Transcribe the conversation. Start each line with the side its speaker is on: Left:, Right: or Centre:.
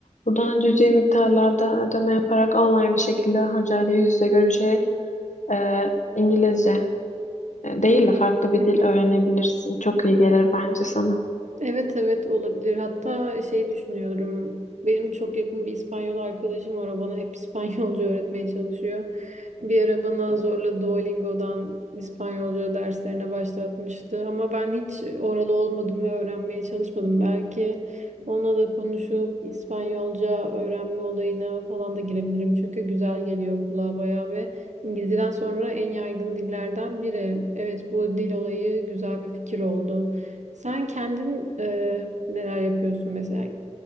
Left: Buradan cüzi miktarlarda ödeme yaparak online bir şekilde hocayla yüz yüze görüşerek e, İngilizce e, değil de farklı bir
Right: <laughs>
Left: dil öğrenebilirsin. Çok iyi gelir bence sana.
Right: Evet evet olabilir. Hatta şey düşünüyorum. Benim çok yakın bir İspanyol arkadaşım var. O bana hep <laughs> İspanyolca öğretmeye çalışıyor. Bir ara bana zorla Duolingo'dan İspanyolca derslerine başlatmıştı. Ama ben hiç oralı olmadım ve öğrenmeye çalışmadım. Belki onunla da konuşup İspanyolca öğrenme olayına falan da girebilirim. Çünkü güzel geliyor kulağa bayağı ve İngilizceden sonra en yaygın dillerden biri. Evet bu dil olayı güzel bir fikir oldu. Sen kendin e, neler yapıyorsun mesela?